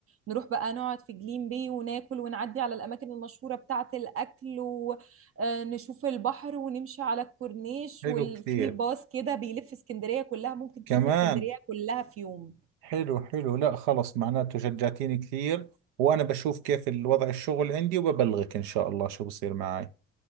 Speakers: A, on the right; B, on the right.
A: نروح بقى نقعد في جليم بي وناكل ونعدي على الأماكن المشهورة بتاعة الأكل ونشوف البحر ونمشي على الكورنيش
B: حلو
A: وفي
B: كثير
A: باص كده بيلف اسكندرية كلها ممكن
B: كمان
A: تشوف اسكندرية كلها في يوم
B: حلو حلو لا خلص معناته شجعتيني كثير وانا بشوف كيف الوضع الشغل عندي وببلغك ان شاء الله شو بصير معي